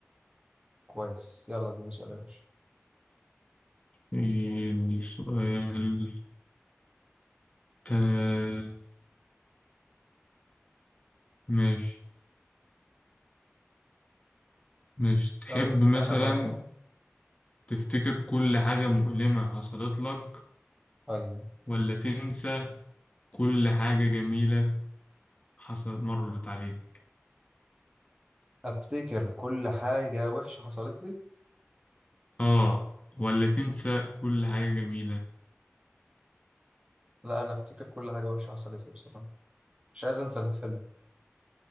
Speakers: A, on the right; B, on the left.
A: كويس يلا اديني سؤال يا باشا
B: إيه سؤال آه ماشي مش تحب
A: يلا
B: مثلا
A: أنا معاك أهو
B: تفتكر كل حاجه مؤلمه حصلت لك
A: طيب
B: ولا تنسى كل حاجه جميله حصل مرت عليك
A: أفتكر كل حاجة وحشة حصلت لي
B: اه ولا تنسى كل حاجه جميله
A: لا أنا أفتكر كل حاجة وحشة حصلت لي بصراحة مش عايز أنسى الحلو